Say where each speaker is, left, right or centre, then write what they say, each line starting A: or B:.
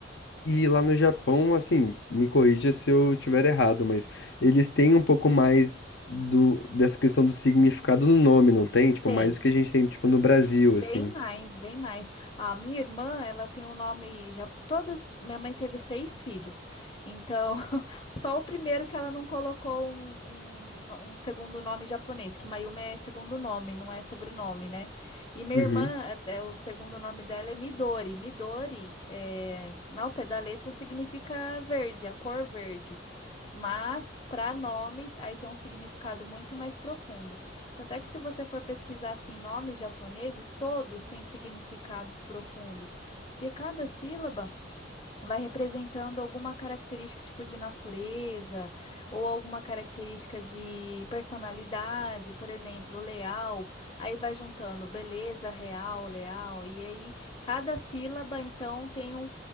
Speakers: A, on the left; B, on the left.
A: E lá no Japão, assim, me corrija se eu tiver errado, mas eles têm um pouco mais do, dessa questão do significado no nome, não tem? Tipo,
B: Tem.
A: mais do que a gente tem, tipo, no Brasil,
B: Bem
A: assim.
B: mais, bem mais. A minha irmã, ela tem o nome já todos, minha mãe teve seis filhos. Então, <laughs> só o primeiro que ela não colocou um, um, um segundo nome japonês, que Mayumi é segundo nome, não é sobrenome, né? E minha
A: Uhum,
B: irmã, até o segundo nome dela é Midori. Midori, é, ao pé da letra, significa verde, a cor verde. Mas para nomes, aí tem um significado muito mais profundo. Tanto é que se você for pesquisar assim, nomes japoneses, todos têm significados profundos, porque cada sílaba vai representando alguma característica tipo de natureza ou alguma característica de personalidade, por exemplo, leal, aí vai juntando beleza, real, leal, e aí cada sílaba então tem um